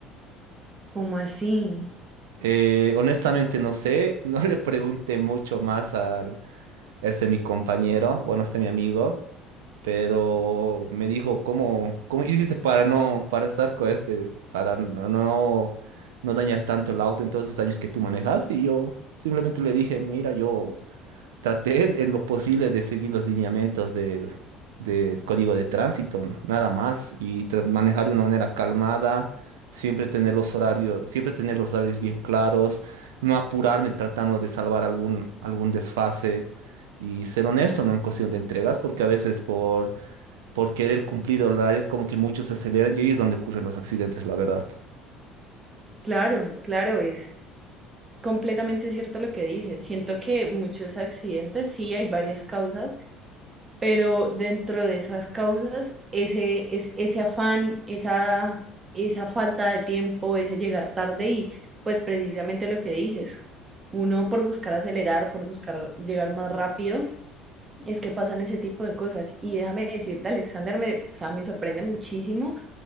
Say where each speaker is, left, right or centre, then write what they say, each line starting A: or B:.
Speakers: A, on the right (about 30°); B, on the right (about 75°).
A: ¿Cómo así?
B: Eh, honestamente no sé, <laughs> no le pregunté mucho más al, a este mi compañero, bueno, a este mi amigo, pero me dijo, ¿cómo, cómo hiciste para no, para estar con este, para no, no, no dañar tanto el auto en todos esos años que tú manejas? Y yo simplemente le dije, mira, yo traté en lo posible de seguir los lineamientos del, del código de tránsito, n- nada más, y tra- manejar de una manera calmada, siempre tener los horarios, siempre tener los horarios bien claros, no apurarme tratando de salvar algún, algún desfase. Y ser honesto, ¿no? En cuestión de entregas, porque a veces por, por querer cumplir horarios como que muchos se aceleran y ahí es donde ocurren los accidentes, la verdad.
A: Claro, claro, es completamente cierto lo que dices. Siento que muchos accidentes, sí, hay varias causas. pero dentro de esas causas, ese, es, ese afán, esa, esa falta de tiempo, ese llegar tarde y pues precisamente lo que dices, uno por buscar acelerar, por buscar llegar más rápido, es que pasan ese tipo de cosas. Y déjame decirte, Alexander, me, o sea, me sorprende muchísimo